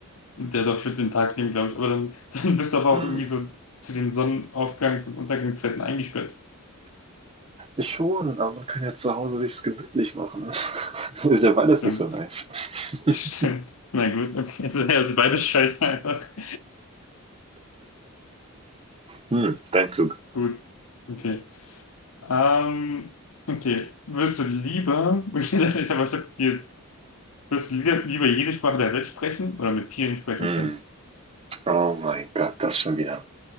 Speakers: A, on the left; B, on the right.
A: Der darf für den Tag nehmen, glaube ich. Aber dann, <laughs> dann bist du aber auch
B: Hm,
A: irgendwie so zu den Sonnenaufgangs- und Untergangszeiten eingesperrt.
B: schon, aber man kann ja zu Hause sich's gemütlich machen. <laughs> Ist ja beides
A: Stimmt.
B: nicht so nice.
A: <laughs> Stimmt.
B: <laughs>
A: Na gut, okay. Also, ja, also beides scheiße einfach. <laughs>
B: Hm, dein Zug.
A: Gut. Okay. Ähm, okay. Würdest du lieber, <laughs> ich habe ich hab jetzt, würdest du lieber, lieber jede Sprache der Welt sprechen oder mit Tieren sprechen
B: Hm,
A: können?
B: oh mein Gott, das schon wieder.